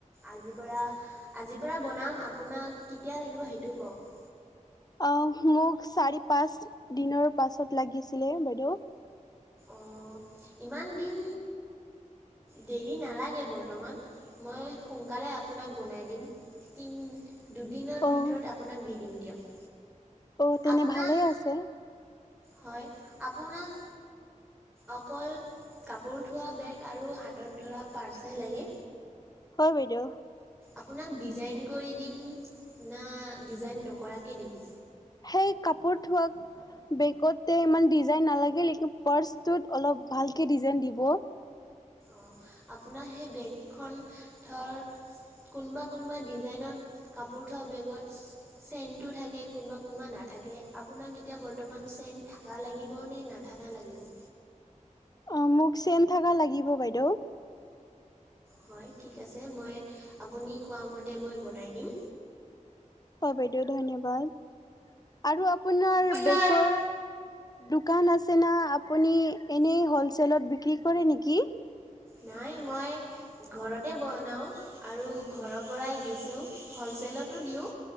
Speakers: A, in the centre; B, on the left (about 30°).
A: আজিৰ পৰা আজিৰ পৰা বনাম আপোনাক কেতিয়া লাগিব সেইটো কওঁক।
B: অ' মোক চাৰি পাঁচ দিনৰ পাছত লাগিছিলে বাইদেউ।
A: অঁ ইমান দিন দেৰি নালাগে বৰ্তমান মই সোনকালে আপোনাক বনাই দিম তিনি দুদিনৰ
B: অ'
A: ভিতৰত আপোনাক দি দিম দিয়ক।
B: অ' তেনে
A: আপোনাক
B: ভালেই আছে।
A: হয় আপোনাক অকল কাপোৰ থোৱা বেগ আৰু হাতত ধৰা পাৰ্চ হে লাগে?
B: হয় বাইদেউ।
A: আপোনাক ডিজাইন কৰি দিম না ডিজাইন নকৰাকে দিম।
B: সেই কাপোৰ থোৱা বেগতে ইমান ডিজাইন নালাগে নিকি পাৰ্চটোত অলপ ভালকে ডিজাইন দিব।
A: অঁ আপোনাৰ সেই বেগ খন ধৰ কোনবা কোনবা ডিজাইনত কাপোৰ থোৱা বেগত চেইনটো থাকে কোনবা কোনবা নাথাকে আপোনাক এতিয়া বৰ্তমান চেইন থাকা লাগিব নে নাথাকা লাগিব?
B: অ মোক চেইন থাকা লাগিব বাইদেউ।
A: হয় ঠিক আছে মই আপুনি কোৱা মতে মই বনাই দিম।
B: হয় বাইদেউ ধন্যবাদ। আৰু আপ আপোনাৰ
A: পুনৰ
B: বেগৰ দোকান আছে না আপুনি এনেই হলচেলত বিক্ৰী কৰে নেকি?
A: নাই মই ঘৰতে বনাওঁ আৰু ঘৰৰ পৰাই বেচোঁ হ'লচেলতো দিওঁ